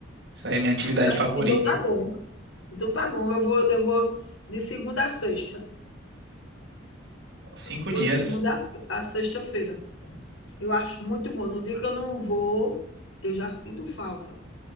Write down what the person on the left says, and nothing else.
Ah,
então tá bom. Então tá bom. Eu vou, eu vou de segunda a sexta.
Vou
de segunda a fe- a sexta-feira. Eu acho muito bom. No dia que eu não vou, eu já sinto falta.